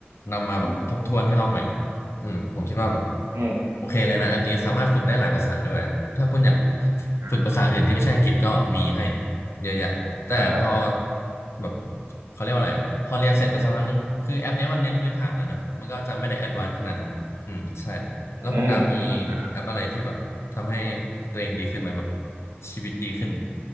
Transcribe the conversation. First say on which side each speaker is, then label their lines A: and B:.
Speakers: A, on the left (about 80°); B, on the right (about 80°).
A: นำมาแบบทบทวนให้เราใหม่
B: อืม
A: อืมผมคิดว่าแบบ
B: อืม
A: โอเคเลยนะแอปนี้สามารถฝึกได้หลายภาษาด้วยถ้าคุณอยาก
B: อ่า
A: ฝึกภาษาอื่นที่ไม่ใช่อังกฤษก็มีให้เยอะแยะแต่พอ
B: อ่าครับ
A: แบบเขาเรียกว่าอะไรอ่ะพอเรียนเสร็จไปสักพักหนึ่งคือแอปเนี้ยมันเน้นพื้นฐานแล้วเนอะมันก็จะไม่ได้แอดวานซ์ขนาดนั้นอืมใช่
B: อืม
A: แล้วคุณดาฟมี
B: นะครับ
A: แอปอะไรที่แบบทำให้ตัวเองดีขึ้นไหมแบบชีวิตดีขึ้น